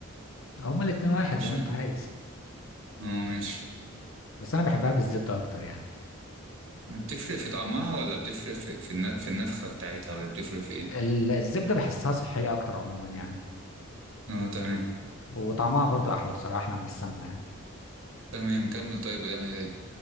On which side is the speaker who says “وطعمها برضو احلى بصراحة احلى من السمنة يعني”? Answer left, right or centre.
Left